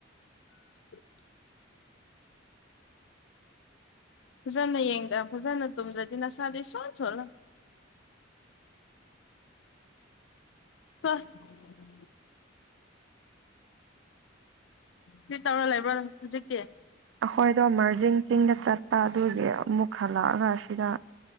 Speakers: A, on the left (about 65°); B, on the right (about 65°).
A: <inaudible> ꯐꯖꯅ ꯌꯦꯡꯗ ꯐꯖꯅ ꯇꯨꯝꯗ꯭ꯔꯥꯗꯤ ꯅꯁꯥꯗꯤ ꯏꯁꯣꯟ ꯁꯣꯂꯝ <unintelligible> ꯀꯔꯤ ꯇꯧꯔꯥ ꯂꯩꯕ꯭ꯔꯣ ꯍꯧꯖꯤꯛꯇꯤ
B: ꯑꯩꯈꯣꯏꯗꯣ ꯃꯥꯔꯖꯤꯡ ꯆꯤꯡꯗ ꯆꯠꯄ ꯑꯗꯨꯒꯤ ꯑꯃꯨꯛ ꯍꯜꯂꯛꯑꯒ ꯑꯁꯤꯗ